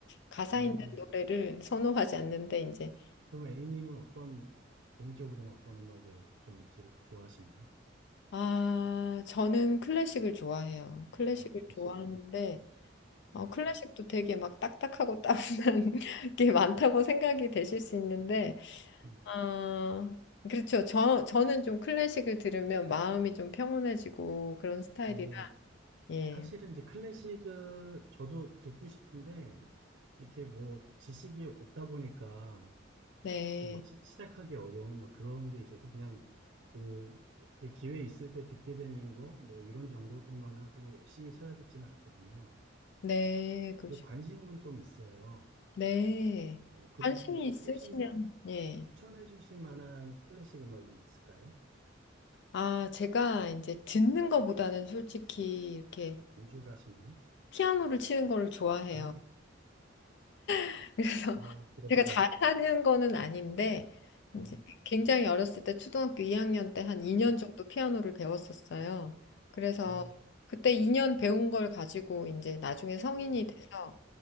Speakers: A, on the left; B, on the right.
A: 가사
B: 음.
A: 있는 노래를 선호하지 않는데 이제
B: 그럼 A님은 어떤, 개인적으로는 어떤 음악을 좀 들, 좋아하시나요?
A: 아 저는 클래식을 좋아해요. 클래식을
B: 아, 그러시군요.
A: 좋아하는데 어,
B: 음,
A: 클래식도 되게 막 딱딱하고 <laughs> 따분한 게 많다고 생각이 되실 수 있는데,
B: 음.
A: 아, 그렇죠. 저, 저는 좀 클래식을 들으면 마음이 좀 평온해지고 그런 스타일이라,
B: 어,
A: 예.
B: 사실은 이제 클래식을 저도 듣고 싶은데, 이렇게 뭐 지식이 없다 보니까,
A: 네,
B: 이렇게 막 시, 시작하기 어려운 막 그런 게 있어서 그냥 그, 이렇게 기회 있을 때 듣게 되는 거, 뭐 이런 정도로만 하고 열심히 찾아듣지는 않거든요.
A: 네, 그러시고,
B: 근데 관심은 좀 있어요.
A: 네.
B: 어, 그래서
A: 관심이
B: 그-
A: 있으시면,
B: 혹시
A: 예.
B: 추천해 주실 만한 클래식 음악이 있을까요?
A: 아, 제가 이제 듣는 것보다는 솔직히 이렇게
B: 아, 연주를 하시나요?
A: 피아노를 치는 거를 좋아해요.
B: 아,
A: <laughs> 그래서
B: 아, 부럽다.
A: 제가 잘하는 거는 아닌데
B: 아,
A: 이제 굉장히 어렸을 때 초등학교 2학년 때 한 2년
B: 음,
A: 정도 피아노를 배웠었어요. 그래서
B: 아,
A: 그때 2년 배운 걸 가지고 이제 나중에 성인이
B: 야,
A: 돼서